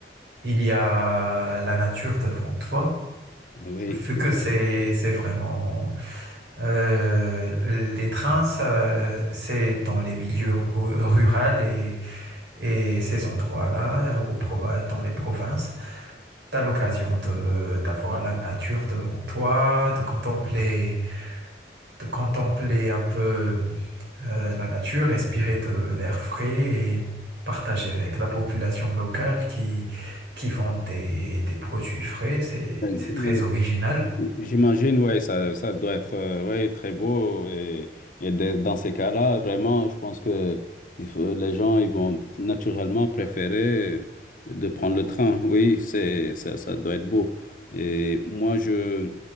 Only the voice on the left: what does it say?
oui,
oui.
J'imagine, ouais, ça, ça doit être euh, ouais, très beau. Et, et de- dans ces cas-là, vraiment, je pense que il faut- les gens ils vont naturellement préférer de prendre le train. Oui, c'est, ça, ça doit être beau. Et moi, je,